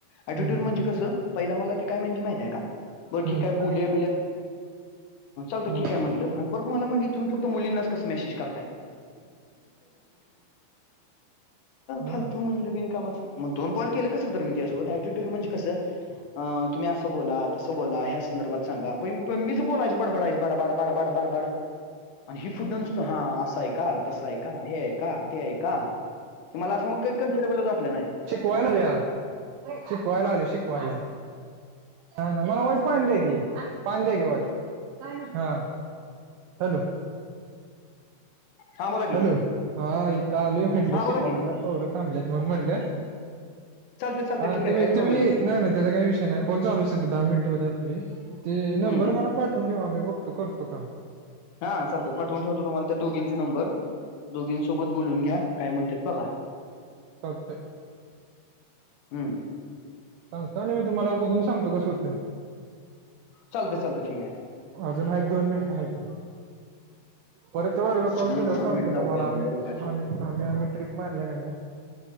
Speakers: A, on the left; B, on the right.
A: ऐटिट्यूड
B: हम्म हम्म
A: म्हणजे कसं पहिला मला ते काय म्हणजे माहितय का बर
B: हम्म
A: ठीक आहे बोलुया. ल
B: हम्म
A: ठीक म्हटला परत मला म्हंटली तुम्ही फक्त मुलींनाच कस मेसेज करता.
B: बर
A: फालतू म्हणलं बिनकामाचं. मग दोन कॉल के कसं तर मी त्यासोबत ऍटिट्यूड म्हणे कसं. अ तुम्ही असं बोला तं बोला ह्या संदर्भात सांगा प मीच बोलायसं बडबडायस बडबाडडबाड. बडबड. आणि हि फुढ न नसतो हा असं आहे का तसं आहे का हे आहे का ते आहे का. ते मला असं मग काही कम्फर्टेबल वाटलं नाही.
B: शिकवायला र शिकवायला आले शिकवायला. ह नाही मला वाईज पाणी द्या क पाणी द्या क वाईज हा हॅलो.
A: हा बोला की
B: हॅलो हा इथ आलोय म्हंटल
A: हा बोला
B: शिकवाला
A: की
B: पोर थांबलंत मण म्हणून म्हणलं
A: चालते चालते ठीक आहे
B: तुम्ही
A: काही प्रॉब्लेम
B: तुम्ही नाही ना त्याचा काही विषय नाही. फोन चालू दहा मिनिट होऊ द्या आपले ते नंबर
A: हम्म
B: मला पाठवून ठेवा मी बघतो करतो काॅल.
A: हां चालते पाठवून ठेवतो तुम्हाला त्या दोघींचा नंबर. दोघींसोबत बोलून घ्या काय म्हणतात बघा.
B: चालतय.
A: हम्म
B: सांगतो आणि मी तुम्हाला बघून सांगतो कस होते.
A: चालत चालत ठीक आहे.
B: अजून आहेत दोन मिनिटं आहेत ते परतच्या वारीला कॉल
A: हम्म
B: केले
A: दोन
B: सांगतो
A: मिनिट
B: तुम्हाला
A: जाऊते अजून
B: आम्ही.
A: बरोबर आहे
B: आम्ही आम्ही आम्ही ट्रिप मारल्या का नाही